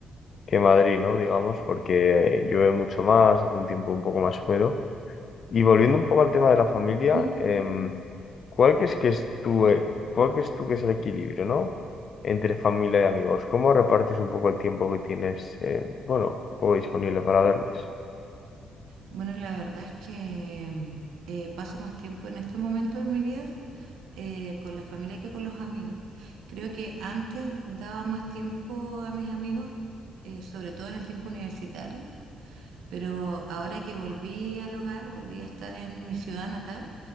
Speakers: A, on the left (about 50°); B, on the right (about 80°).
A: que Madrid, ¿no? Digamos, porque llueve mucho más, hace un tiempo un poco más húmedo. Y volviendo un poco al tema de la familia,
B: Ujú.
A: em, ¿cuál crees que es tu, eh, cuál crees tú que es el equilibrio, ¿no? Entre familia y amigos. ¿Cómo repartes un poco el tiempo que tienes, eh, bueno, un poco disponible para darles?
B: Bueno, la verdad es que mm, eh, paso más tiempo en este momento de mi vida eh, con la familia que con los amigos. Creo que antes daba más tiempo a mis amigos, eh, sobre todo en el tiempo universitario. Pero ahora que volví al hogar, volví a estar en mi ciudad natal,